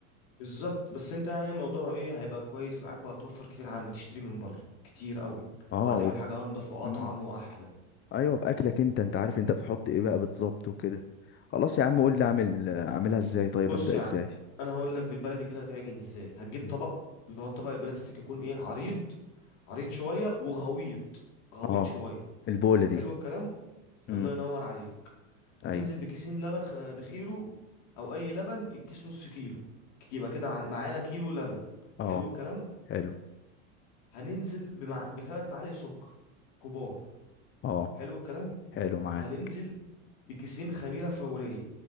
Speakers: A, on the left; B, on the left.
A: بالظبط بس انت يعني الموضوع ايه هيبقى كويس معاك وهتوفر كتير عن ما تشتري من بره كتير قوي
B: اه
A: وهتعمل
B: و...
A: حاجه انضف واطعم
B: مم.
A: واحلى
B: ايوه باكلك انت انت عارف انت بتحط ايه بقى بالظبط وكده خلاص يا عم قول لي اعمل اعملها ازاي طيب
A: بص
B: ابدا
A: يا
B: ازاي
A: عم انا هقول لك بالبلدي كده هتعجن ازاي هتجيب
B: مم.
A: طبق اللي هو الطبق البلاستيك يكون ايه عريض عريض شويه وغويط غويط
B: اه
A: شويه ح-
B: البوله دي
A: حلو الكلام
B: مم.
A: الله ينور عليك هتنزل
B: ايوه
A: بكيسين لبن خ- بخيره او اي لبن الكيس نص كيلو ك- يبقى كده عن- معانا كيلو لبن
B: اه
A: حلو الكلام
B: حلو
A: هننزل بمع... بثلاث معالق سكر كبار
B: اه
A: حلو الكلام
B: حلو معاه
A: هننزل بكيسين خميرة فورية